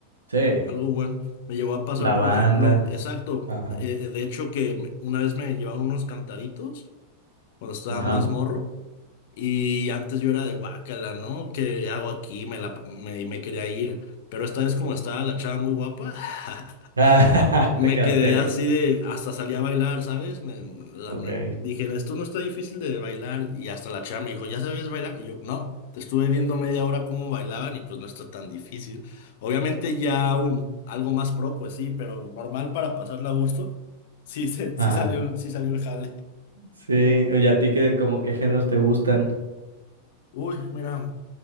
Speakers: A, on the right; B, on the left.
A: Sí,
B: algo bueno. Me llegó a pasar,
A: la
B: por
A: banda.
B: ejemplo, exacto,
A: Ajá.
B: eh, de hecho que me- una vez me llevaron unos cantaritos cuando estaba
A: Ajá.
B: más morro y antes yo era de guácala, ¿no? ¿Qué hago aquí? Me la, pa- me, y me quería ir. Pero esta vez como estaba la chava muy guapa, <laughs>
A: <laughs> Ah,
B: me
A: te quedaste
B: quedé
A: ahí.
B: así de... Hasta salí a bailar, ¿sabes? Me, la-
A: Ok.
B: me- dije, esto no está difícil de bailar. Y hasta la chava me dijo, ¿ya sabes bailar? Y yo, no, estuve viendo media hora cómo bailaban y pues no está tan difícil. Obviamente ya un, algo más pro, pues sí, pero normal para pasarla a gusto. Sí, se-
A: Ajá.
B: sí salió, sí salió el jale.
A: Sí, oye, a ti qué, como qué géneros te gustan.
B: Uy, mira,